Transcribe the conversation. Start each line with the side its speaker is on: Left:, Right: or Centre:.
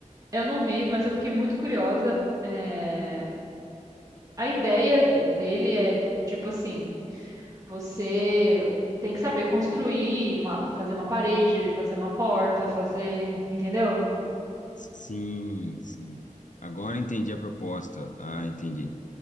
Right: Eu não vi, mas eu fiquei muito curiosa. É, A ideia de- dele é do tipo assim, você tem que saber construir, uma- fazer uma parede, fazer uma porta, fazer, entendeu?
Left: Sim, sim. Agora entendi a proposta. Ah, entendi.